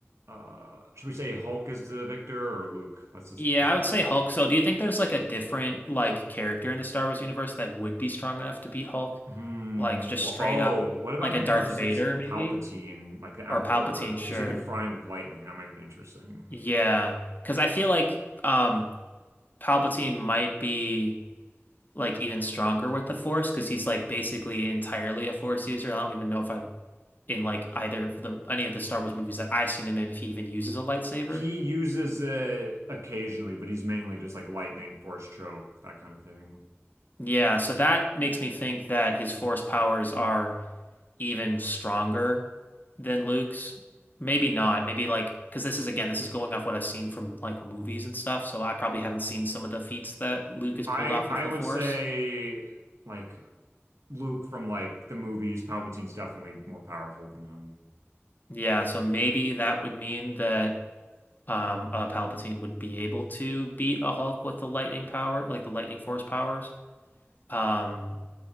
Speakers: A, on the right (about 90°); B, on the left (about 40°).
A: uh, should we say Hulk is the victor or Luke? Let's just
B: Yeah,
A: pick
B: I would
A: one.
B: say Hulk. So, do you think there's like a different like character in the Star Wars universe that would be strong enough to beat Hulk?
A: Hmm.
B: Like just
A: wh-
B: straight
A: Oh,
B: up,
A: what about
B: like
A: him
B: a Darth
A: versus
B: Vader maybe
A: Palpatine, like the Emperor?
B: or Palpatine? Sure.
A: Because he could fry him with lightning. That might be interesting.
B: Yeah, because I feel like um Palpatine might be like even stronger with the Force because he's like basically entirely a Force user. I don't even know if I in like either of the any of the Star Wars movies that I've seen him in if he even uses a lightsaber.
A: He uses it occasionally, but he's mainly just like lightning, force choke, that kind of thing.
B: Yeah, so that makes me think that his force powers are even stronger than Luke's. Maybe not. Maybe like because this is again, this is going off what I've seen from like movies and stuff, so I probably haven't seen some of the feats that Luke has
A: I
B: pulled off
A: I
B: with the
A: would
B: force.
A: say like Luke from like the movies, Palpatine's definitely more powerful than him.
B: Yeah, so maybe that would mean that um a Palpatine would be able to beat a Hulk with the lightning power, like the lightning force powers. Um